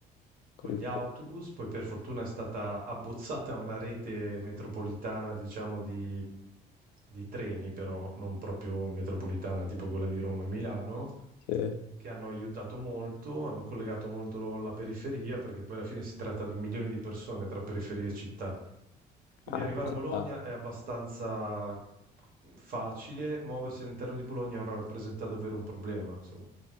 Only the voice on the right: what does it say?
con
gli autobus, poi per fortuna è stata abbozzata una rete metropolitana, diciamo, di, di treni, però non proprio metropolitana, tipo quella di Roma e Milano,
che hanno aiutato molto, hanno collegato molto la periferia, perché poi alla fine si tratta di un milione di persone tra periferia e città. Quindi
arrivare a Bologna è abbastanza facile, muoversi all'interno di Bologna ora rappresenta davvero un problema, insomma.